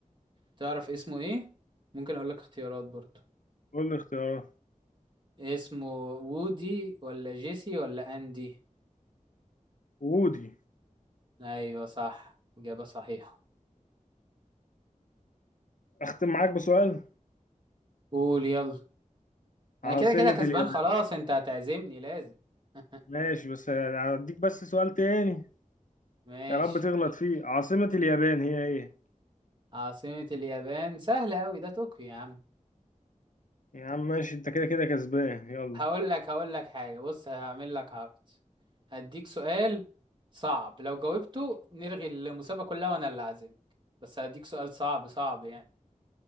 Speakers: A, on the right (about 35°); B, on the left (about 70°).
A: تعرف اسمه ايه ممكن اقول لك اختيارات برضو
B: قول لي اختيارات
A: اسمه وودي ولا جيسي ولا اندي
B: وودي
A: ايوه صح اجابه صحيحه
B: اختم معاك بسؤال
A: قول يلا انا
B: عاصمة
A: كده كده كسبان
B: اليابان
A: خلاص انت هتعزمني لازم <laughs>
B: ماشي بس هديك بس سؤال تاني
A: ماشي
B: يا رب تغلط فيه عاصمة اليابان هي ايه
A: عاصمة اليابان سهلة أوي ده طوكيو يا عم
B: يا عم ماشي انت كده كده كسبان يلا
A: هقول لك هقول لك حاجة بص هعمل لك عرض هديك سؤال صعب لو جاوبته نلغي المسابقة كلها وأنا اللي عازمك بس هديك سؤال صعب صعب يعني